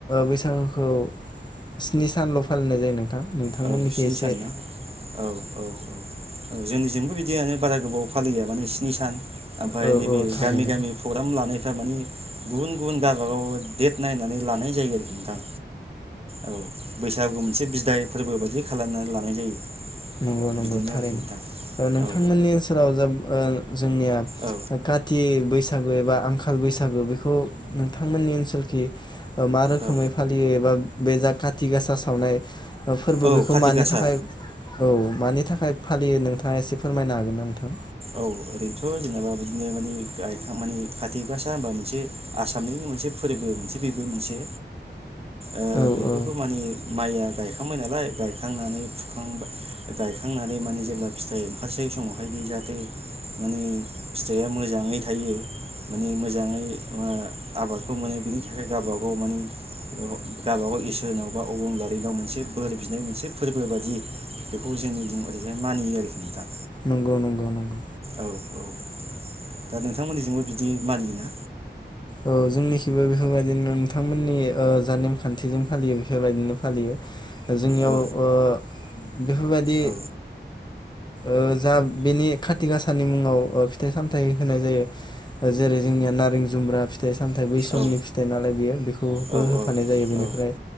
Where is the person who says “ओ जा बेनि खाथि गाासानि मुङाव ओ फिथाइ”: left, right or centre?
Left